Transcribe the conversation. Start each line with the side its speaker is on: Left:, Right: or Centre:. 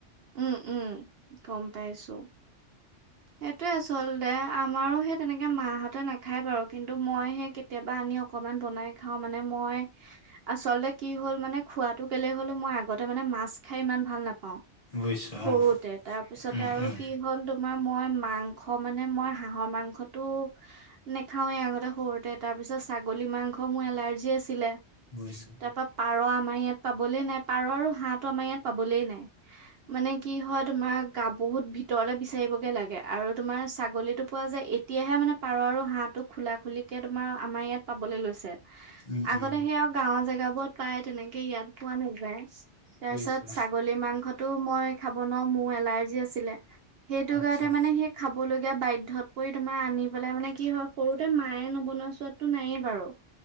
Right: উম, উম, গ'ম পাইছোঁ। এইটোৱে আচলতে আমাৰো সেই তেনেকে মাহঁতে নাখায় বাৰু কিন্তু মই হে কেতিয়াবা আনি অক বনাই খাওঁ। মানে মই আচলতে কি হ'ল মানে খোৱাটো কেলে হ'লো মই আগতে ম মাছ খাই ইমান ভাল নাপাওঁ।
Left: বুজিছো
Right: সৰুতে
Left: অ
Right: তাৰপিছত
Left: উম
Right: আৰু
Left: উম
Right: কি হ'ল তোমাৰ মই মাংস মানে মই হাঁহৰ মাংসতটো নেখাওৱে আগতে সৰুতে তাৰ পিছত চ ছাগলী মাংস মোৰ এলাৰ্জি আছিলে।
Left: বুজিছো
Right: তাৰপা পাৰ আম ৰ ইয়াত পাবলে নাই, পাৰ আৰু হাঁহ আমাৰ ইয়াত পাবলে নাই মানে কি হয়। তোমাৰ গা বহুত বহুত ভিতৰলে বি বিচাৰিবগে লাগে আৰু তোমাৰ ছাগলীটো পোৱা যায় এতিয়াহে মানে পাৰ আৰু হাঁহটো খোলা খুলিকে তোমাৰ আমাৰ ইয়াত পাবলৈ লৈছে।
Left: উম
Right: আগতে
Left: উম
Right: সেই আৰু গাঁওৰ জেগাবোৰত পাই তেনেকে ইয়াত পোৱা নাযায়। তাৰপিছত
Left: বুজিছো
Right: ছাগলী মাংসটো মই খাব নোৱাৰোঁ মোৰ এলাৰ্জি আছিলে। সেইটো
Left: আচ্ছা
Right: কাৰণতে মানে সেই খাব লগীয়া বাধ্যত পৰি তোমাৰ আনি পেলাই মানে কি হ'ল সৰুতে মায়ে নবনোৱা চোৱাতো নায়ে বাৰু